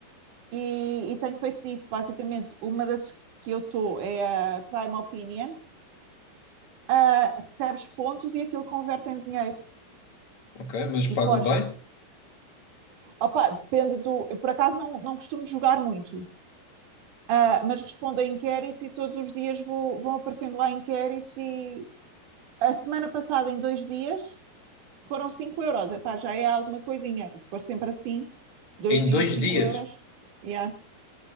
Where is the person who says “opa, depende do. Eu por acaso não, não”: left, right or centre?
Right